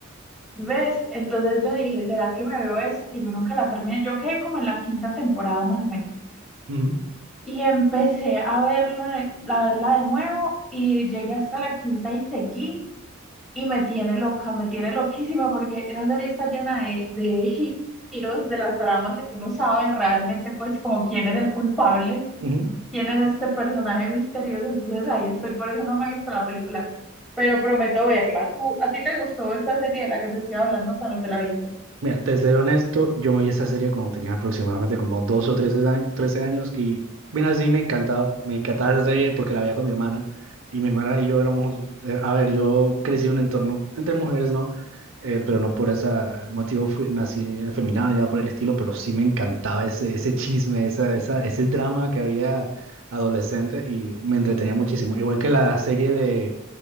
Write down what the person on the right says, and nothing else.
Ujú,
ujú.
Mira, te seré honesto, yo me vi esta serie cuando tenía aproximadamente como 12 o 13 años, 13 años y mira, sí me encantaba, me encantaba esa serie porque la veía con mi hermana y mi hermana y yo éramos, eh, a ver, yo crecí en un entorno entre mujeres, ¿no? Eh, pero no por ese motivo fui, nací afeminado ni nada por el estilo, pero sí me encantaba ese, ese chisme, esa, esa, ese drama que había adolescente y me entretenía muchísimo. Igual que la serie de